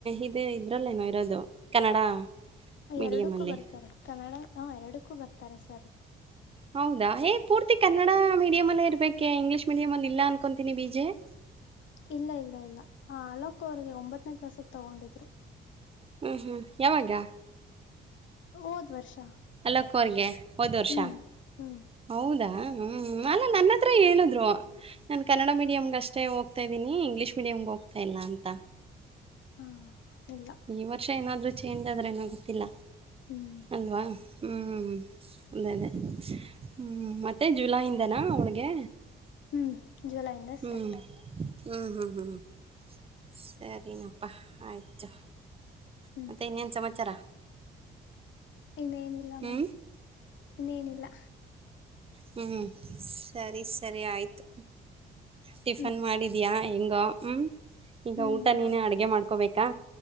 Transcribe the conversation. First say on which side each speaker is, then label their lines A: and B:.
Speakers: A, on the right; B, on the left.
A: ಇದೆ. ಇದ್ರಲ್ಲೇನೋ ಇರೋದು ಕನ್ನಡ. ಮೀಡಿಯಮಲ್ಲಿ
B: ಎರಡಕ್ಕೂ ಬರ್ತಾರೆ ಕನ್ನಡ ಹ ಎರಡಕ್ಕೂ ಬರ್ತಾರೆ ಸರ್.
A: ಹೌದಾ ಏ ಪೂರ್ತಿ ಕನ್ನಡ ಮೀಡಿಯಂ ಅಲ್ಲೇ ಇರ್ಬೇಕೆ ಇಂಗ್ಲೀಷ್ ಮೀಡಿಯಂ ಅಲ್ಲಿ ಇಲ್ಲ ಅನ್ಕೊತೀನಿ ಬಿಜೆ. <inaudible>
B: ಇಲ್ಲ ಇಲ್ಲ ಇಲ್ಲ ಅಲೋಕ್ ಅವರಿಗೆ ಒಂಬತ್ತನೇ ಕ್ಲಾಸಿಗ್ ತಗೊಂಡಿದ್ರು.
A: ಹ್ಮ್ ಹ್ಮ್ ಯಾವಾಗ?
B: ಹೋದ್ ವರ್ಷ.
A: ಅಲೋಕೋರ್ಗೆ ಹೋದ್ ವರ್ಷ.
B: ಹ್ಮ್ ಹ್ಮ್
A: ಹೌದಾ ಹ್ಮ ಅಲ್ಲ ನನ್ನತ್ರ ಹೇಳಿದ್ರು. ನಾನ್ ಕನ್ನಡ ಮೀಡಿಯಂಗಷ್ಟೇ ಹೋಗ್ತಾ ಇದೀನಿ ಇಂಗ್ಲೀಷ್ ಮೀಡಿಯಮ್ಗ್ ಹೋಗ್ತಾ ಇಲ್ಲ ಅಂತ.
B: ಹಾ ಇಲ್ಲ.
A: ಈ ವರ್ಷ ಏನಾದ್ರೂ ಚೇಂಜ್ ಆದ್ರೆ ಏನೋ ಗೊತ್ತಿಲ್ಲ
B: ಹ್ಮ್
A: ಅಲ್ವಾ ಹ್ಮ್. ಅದೇ ಅದೇ ಹ್ಮ್ ಮತ್ತೆ ಜುಲೈಯಿಂದನಾ ಅವ್ಳಿಗೆ.
B: ಹ್ಮ್ ಜುಲೈಯಿಂದ.
A: ಹ್ಮ್
B: ಸ್ಟಾರ್ಟ್
A: ಹ್ಮ್ ಹ್ಮ್ ಹ್ಮ್ ಸರಿನಪ್ಪ ಆಯ್ತು
B: ಹ್ಮ್
A: ಮತ್ತೆ ಇನ್ನೇನು ಸಮಾಚಾರ?
B: ಇನ್ನೇನಿಲ್ಲ
A: ಹ್ಞೂ
B: ಮ್ಯಾಮ್ ಇನ್ನೇನಿಲ್ಲ.
A: ಹ್ಮ್ ಸರಿ ಸರಿ ಆಯ್ತು. ಟಿಫನ್
B: ಹ್ಮ್
A: ಮಾಡಿದಿಯಾ ಹೆಂಗೊ ಹ್ಮ್ ಈಗ
B: ಹ್ಮ್
A: ಊಟ
B: ಮಾಡ
A: ನೀನ ಅಡ್ಗೆ ಮಾಡ್ಕೋಬೇಕಾ?